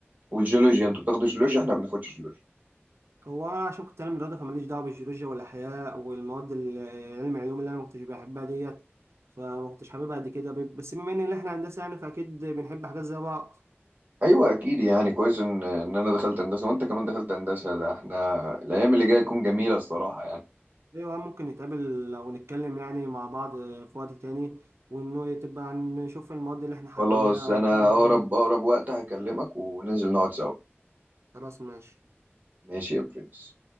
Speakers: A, on the right; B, on the right.
A: والجيولوجيا انتوا بتاخدوا جيولوجيا احنا ما بناخدش جيولوجيا
B: هو انا عشان كنت علم رياضه فماليش دعوه بالجيولوجيا والاحياء والمواد ال- علم العلوم اللي انا ما كنتش بحبها ديت فما كنتش حاببها قد كده ب- بس بما ان احنا هندسه يعني فاكيد بنحب حاجات زي بعض
A: ايوه اكيد يعني كويس ان ان انا دخلت هندسه وانت كمان دخلت هندسه ده احنا الايام اللي جايه تكون جميله الصراحه يعني
B: ايوه ممكن نتقابل او نتكلم يعني مع بعض في وقت تاني وانه تبقى نشوف المواد اللي احنا حابينها
A: خلاص
B: او
A: انا
B: الحاجات اللي
A: اقرب
B: إحنا-
A: اقرب وقت هكلمك وننزل نقعد سوا
B: خلاص ماشي
A: ماشي يا برنس